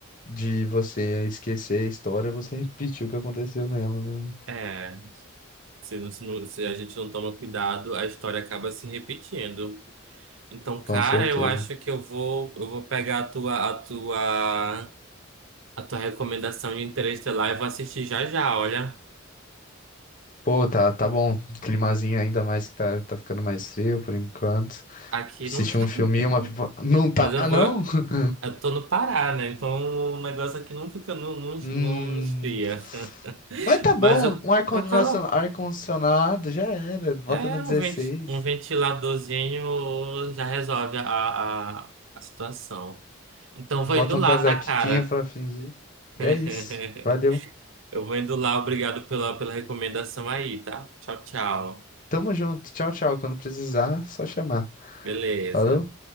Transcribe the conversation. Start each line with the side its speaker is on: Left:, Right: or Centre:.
Left: de você esquecer a história, você <laughs> repetir o que aconteceu nela, né?
Right: É. Se, não- se não- se a gente não toma cuidado, a história acaba se repetindo. Então, cara,
Left: Com certeza.
Right: eu acho que eu vou, eu vou pegar a tua, a tua, a tua recomendação de Interestelar e vou assistir já já. Olha,
Left: Pô, tá, tá bom. Climazinho ainda mais que tá, tá ficando mais frio por enquanto.
Right: aqui
Left: Assistir
Right: não tá.
Left: um
Right: <laughs>
Left: filminho, uma pipoca. Não tá,
Right: Mas eu vou.
Left: não? <laughs>
Right: Eu tô no Pará, né? Então o negócio aqui não fica, não, não,
Left: Hum.
Right: não esfria.
Left: Mas
Right: <laughs>
Left: tá bom,
Right: Mas eu,
Left: um ar-condicionado,
Right: eu coloco.
Left: ar-condicionado já era. Bota
Right: É
Left: no dezesseis
Right: um, venti, um ventiladorzinho já resolve a, a, a situação. Então vou
Left: Bota
Right: indo lá,
Left: um casaquinho
Right: tá, cara?
Left: pra fingir.
Right: <laughs>
Left: É isso. Valeu.
Right: Eu vou indo lá, obrigado pela, pela recomendação aí, tá? Tchau, tchau.
Left: Tamo junto. Tchau, tchau. Quando precisar, só chamar.
Right: Beleza.
Left: Falou?